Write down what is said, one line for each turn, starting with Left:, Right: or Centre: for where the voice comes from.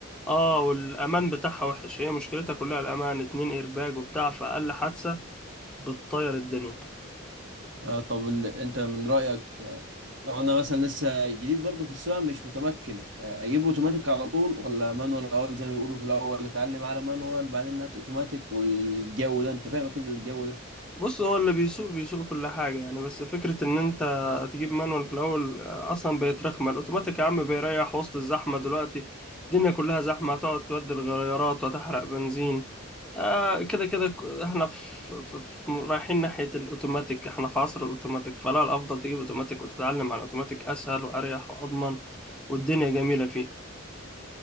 Centre: اه والامان بتاعها وحش هي مشكلتها كلها الامان اتنين ايرباج وبتاع فاقل حادثه بتطير الدنيا
Right: آه طب ال... انت من رأيك آه، لو انا مثلا لسه جديد برضه في السواقه مش متمكن آه، اجيب اوتوماتيك على طول ولا مانوال الاول زي ما بيقولوا في الاول اتعلم على مانوال بعدين هات اوتوماتيك والجو ده انت فاهم كده الجو ده
Centre: بص هو اللي بيسوق بيسوق كل حاجه يعني بس فكره ان انت تجيب مانوال في الاول آه، اصلا بقت رخمه الاوتوماتيك يا عم بيريح وسط الزحمه دلوقتي الدنيا كلها زحمه هتقعد تبدل غيارات وتحرق بنزين آه كده كده ك- احنا في, في, في رايحين ناحيه الاوتوماتيك احنا في عصر الاوتوماتيك فلا الافضل تجيب اوتوماتيك وتتعلم على الاوتوماتيك اسهل واريح واضمن والدنيا جميله فيه